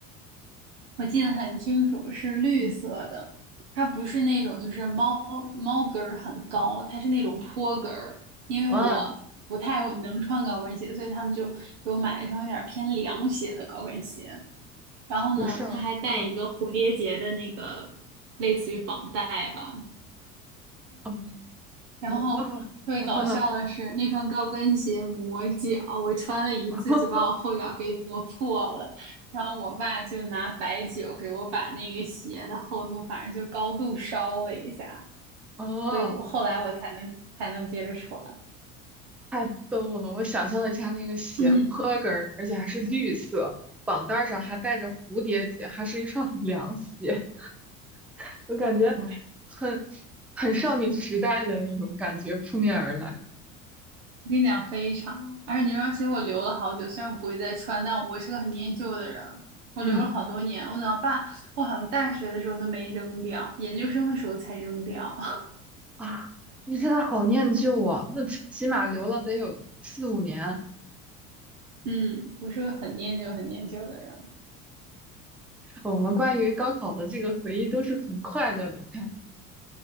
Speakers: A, on the right; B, in the centre.
A: 我记得很清楚，是绿色的，
B: 嗯
A: 它不是那种就是猫猫跟儿很高，它是那种坡跟儿。因为我不太能穿高跟鞋，
B: 哇哦，嗯，
A: 所以他们就给我买了一双有点偏凉鞋的高跟鞋。然后呢，
B: 有事儿，
A: 他还带一个蝴蝶结的那个
B: 嗯，
A: 类似于绑带吧。
B: 嗯
A: 然后特别搞笑的是，
B: 我哇，然后呢？
A: 那双高跟鞋磨脚，我穿了一次就把我后脚给磨破了。
B: <laughs>
A: 然后我爸就拿白酒给我把那个鞋的厚度，反正就高度烧了一下，
B: 哦，
A: 所以我后来我才能才能接着穿。
B: 太逗了！我想象了一下那个斜坡跟儿，
A: <clears throat> 嗯，
B: 而且还是绿色，绑带儿上还带着蝴蝶结，还是一双 <laughs> 凉鞋，<laughs> 我感觉
A: 对，
B: 很很少女时代的那种感觉扑面而来。
A: 我跟你讲非常，而且那双鞋我留了好久，虽然我不会再穿，但我是个很念旧的人，我留了好多年。
B: 嗯
A: 我等到爸，我好像大学的时候都没扔掉，研究生的时候才扔掉。<laughs>
B: 啊，你现在好念旧啊，那起起码留了得有四五年。
A: 嗯，我是个很念旧、很念旧的人。
B: 我们关于高考的这个回忆都是很快乐的，看来，